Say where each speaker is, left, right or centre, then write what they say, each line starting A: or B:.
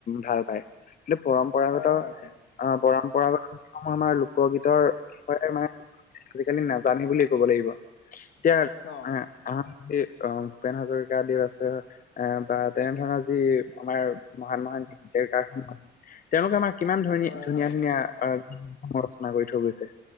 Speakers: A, on the left (about 45°); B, on the left (about 70°).
A: ভাল পায়, কিন্তু পৰম্পৰাগত
B: হয় হয়
A: আহ, পৰম্পৰাগত <unintelligible> সমূহ আমাৰ লোকগীতৰ মানে আজিকালি নাজানেই বুলিয়ে ক'ব লাগিব। এতিয়া আহ,
B: অ
A: আমাৰ এ ভূপেন হাজৰিকাদেৱ আছে এ বা তেনে ধৰণৰ যি আমাৰ মহান মহান গীতিকাৰ সমূহ আছিল। তেওঁলোকে আমাৰ কিমান ধ-ধুনীয়া
B: হয়
A: ধুনীয়া
B: হয়
A: <unintelligible> ৰচনা কৰি থৈ গৈছে।